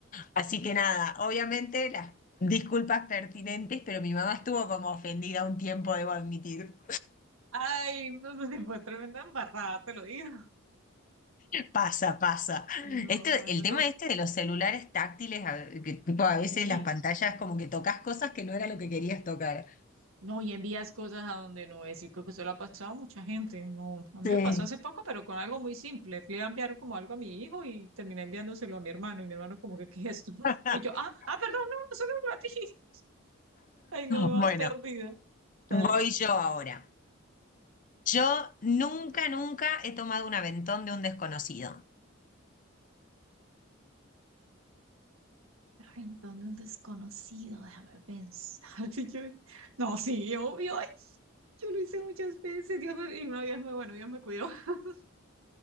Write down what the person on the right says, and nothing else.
Ay, no sé, si fue tremenda embarrada, te lo digo.
No,
me imagino
tú.
Sí.
No, y envías cosas a donde no es. Y creo que eso le ha pasado a mucha gente. No, a mí
me pasó hace poco, pero con algo muy simple. Le iba a enviar como algo a mi hijo y terminé enviándoselo a mi hermano. Y mi hermano como que, ¿qué es esto? <laughs>
Y yo, ah, ah, perdón, no, no solo a ti. <laughs> Ay, no, me
vas perdida. Dale.
Ay, ¿dónde un desconocido? Déjame pensar. <laughs> Y yo, no, sí, obvio. Ay, yo lo hice muchas veces. Dios me, y no, Dios me, bueno, Dios me cuidó. <laughs>